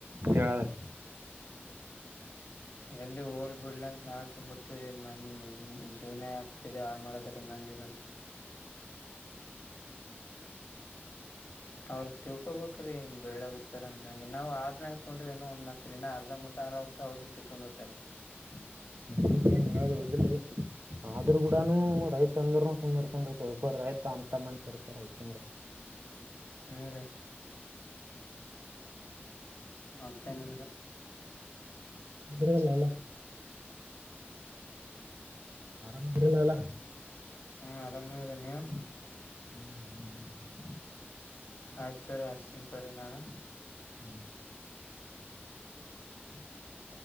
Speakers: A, on the right; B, on the left.
A: ಕಾದ <inaudible>
B: <inaudible> ಎಲ್ಲಿ ಹೋಲ್ ಬಿಡ್ಲ ಅಂತ ನಾವ್ ಸುಂಬ್ ಬಿಿಟ್ಟವ್ರೀ ಮಂದ ಜೀವ್ನೇ ಹಾಕ್ದ ಹಾಲಮಾಡದೀ ಹಂದಿರಂತ ಅವ್ರ ತಿಳ್ಕೊಬೇಕ್ರೀ ಬೆಳ್ಳಗುತ್ತ ಅಂದ್ಮ್ಯಾಗ ನಾವು ಆದ್ಮ್ಯಾಗ ತೊೊಂಡ್ರ ಏೋ ಒಂದ್ ಮಾತ್ರಿ ಇನ್ನು ಅರ್ಧ ಮುರ್ದ ಅ ಹೊ ಹೋಗಿಕ್ಕೆ ತೊಂಡ ಹತಾರೆ <unintelligible>
A: ಅಕ್ಕೇನ್ ನೋ್ರ ದಲ್ರರಿ <inaudible> ಆದ್ರೂ ಕೂಡನುೂ ರೈತ ಅಂದ್ರನು ಸುಂದ ಇರ್ತೊಂಡಿರ್ತ ರೈತ ಅಂತ ಮನ್ಸ ಇರ್ತ ರೈತ ಅಂದ್ರ
B: <inaudible> ಹ್ಮ ರೀ ಮತ್ತೇನಲ್
A: ರಲ್ಲಲ್ಲ
B: <inaudible>
A: ಆರಾಮ ತಿಳ್ಳ ಅಲ್ಲ
B: ಹ್ಮ ಆರಾಮೇವ್ರೀ ನೀವು
A: ಹಾ
B: ಆಯ್ತ್ರ ಅಷ್ಟತ ತವ್ರ ನಾನು
A: ಹ್ಮ
B: <inaudible>